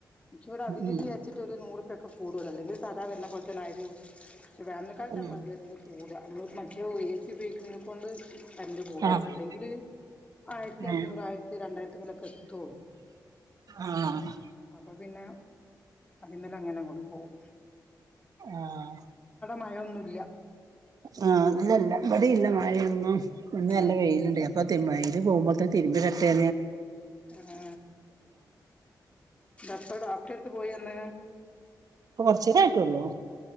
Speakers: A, on the left (about 20°); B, on the right (about 60°).
A: ഇന്ക്കിവ്ടെ അതിനിചാര്ച്ച്ട്ട്
B: ഉം
A: രു നൂറുർപ്യൊക്കെ കൂടുതല് ല്ലെങ്കില് സാധാ വര്ണ പോല്തന്നെ വേനൽകാൽത്താ
B: ഉം
A: കൂടാ ഏസി ഉപയോഗിക്ക്ണേകൊണ്ട് കര്ന്റ് കൂടൊള്ളൂ
B: ആഹ്
A: അല്ലെങ്കില് ആയിര്ത്തി
B: ഉം
A: അഞ്ഞൂറ് ആയ്ര്ത്തി രണ്ടായിരത്തിമ്മലൊക്കെ എത്തൊള്ളൂ
B: ആഹ്
A: അപ്പൊ പിന്നെ അതിമ്മലങ്ങോണ്ട് പോവും
B: ആഹ
A: മയൊന്നുമില്ല
B: ആഹ ഇല്ലല്ലാ അബടെഇല്ല മഴൊന്നും ഇന്ന്
A: ഉം
B: നല്ല വെയിലുണ്ട് അപ്പൊ <unintelligible> പോകുമ്പോ തിരുമ്പി ഇടട്ടെ
A: ആ ഇപ്പോ ഡോക്ടർ ടെടുത്ത് പോയി വന്ന്
B: കൊറച്ചരായിട്ടള്ളൂ